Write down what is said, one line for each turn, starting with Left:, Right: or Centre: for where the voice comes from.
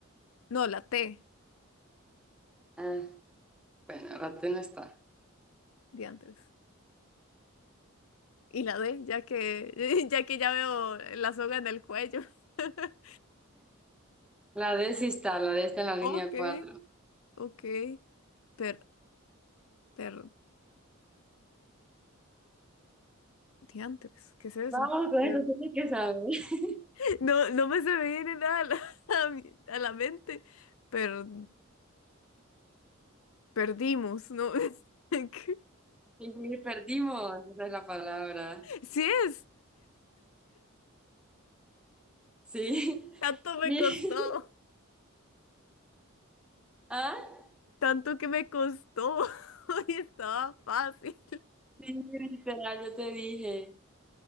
Left: No, la T
Centre: Ah, bueno, ahora tú no está.
Left: de antes. Y la D, ya que, <laughs> ya que ya veo la soga en el cuello. <laughs>
Centre: La D sí está, la D está en la línea
Left: Ok,
Centre: cuatro
Left: ok. Per, per, diantres, ¿qué es eso?
Centre: Vamos, con
Left: Per-
Centre: esto tienes que saber. <laughs>
Left: <laughs> No, no me se me viene nada a la, <laughs> a mi- a la mente. Per, perdimos, ¿no? <laughs> ¿Qué?
Centre: Y perdimos, esa es la palabra.
Left: Sí es.
Centre: Sí.
Left: Tanto me
Centre: <laughs>
Left: costó.
Centre: Mi- Ah,
Left: Tanto que me costó. <laughs> Y estaba fácil.
Centre: sí, literal, yo te dije.